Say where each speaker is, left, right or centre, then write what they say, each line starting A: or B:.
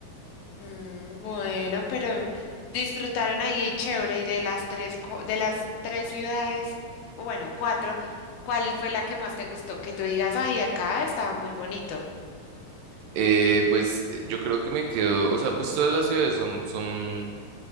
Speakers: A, on the left; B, on the right.
A: Mm, bueno, pero disfrutaron ahí chévere y de las tres, co- de las tres ciudades, bueno, cuatro, ¿cuál fue la que más te gustó? Que tú digas, ay, acá estaba muy bonito.
B: Eh, pues eh, yo creo que me quedo, o sea, pues todas las ciudades son, son,